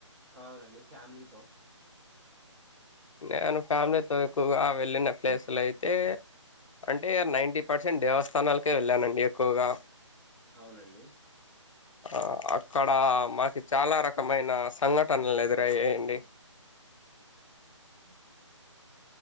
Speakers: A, on the right (about 30°); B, on the left (about 80°).
A: అవునండి ఫ్యామిలీతో
B: నేను ఫ్యామిలీతో ఎక్కువగా వెళ్ళిన ప్లేసులు అయితే అంటే నైంటీ పర్సెంట్ దేవస్థానాలకే వెళ్ళానండి ఎక్కువగా
A: అవునండి
B: ఆ, అక్కడ మాకి చాలా రకమైన సంఘటనలు ఎదురయ్యాయండి
A: అ